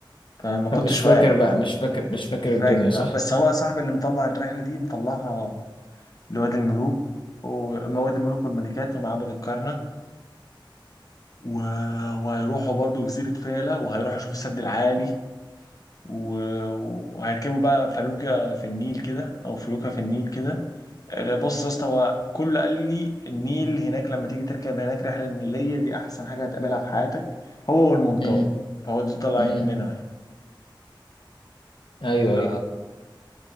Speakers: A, on the left (about 45°); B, on the left (about 70°).
A: فاهم؟ ما كنتش
B: فمش فاكر
A: واعي
B: بقى مش فاكر مش فاكر
A: مش فاكر
B: الدنيا صح
A: لا بس هو صاحبي اللي مطلع الرحله دي مطلعها لوادي الملوك وما وادي الملوك والملكات ومعبد الكرنك و... وهيروحوا برضو جزيرة فيلة وهيروحوا يشوفوا السد العالي و... وهيركبوا بقى فلوكة في النيل كده أو فلوكة في النيل كده آه، بص يا اسطى هو كل قال لي النيل هناك لما تيجي تركب هناك رحلة النيلية دي أحسن حاجة هتقابلها في حياتك هو والمنطاد
B: امم
A: فهو دي طالعين
B: امم
A: منها يعني
B: ايوه
A: ف...
B: ايوه